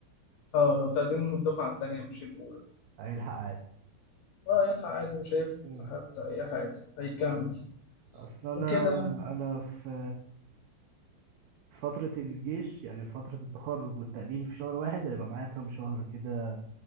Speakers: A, on the left; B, on the right.
A: اه لو تقديمه من الدفعة التانية مش الأولى
B: هيلحق
A: اه يلحق عادي مش هيفرق
B: عادي
A: حتى أي حاجة هيكمل
B: اصل انا
A: وكده يعني
B: انا في في فترة الجيش يعني في فترة التخرج والتقديم في شهر واحد هيبقى معايا كام شهر كده